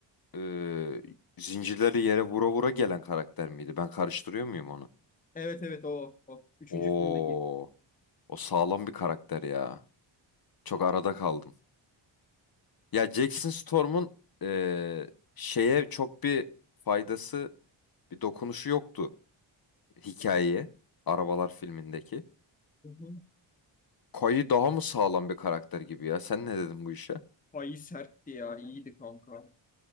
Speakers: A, on the left; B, on the left.
A: e, zincirleri yere vura vura gelen karakter miydi? Ben karıştırıyor muyum onu?
B: Evet evet o. o. Üçüncü
A: Oo,
B: filmdeki.
A: o sağlam bir karakter ya. Çok arada kaldım. Ya Jackson Storm'un e, şeye çok bir faydası Bir dokunuşu yoktu hikayeye. Arabalar filmindeki.
B: Hı hı.
A: Kay'ı daha mı sağlam bir karakter gibi ya? Sen ne dedin bu işe?
B: Ay sertti ya. iyiydi kanka.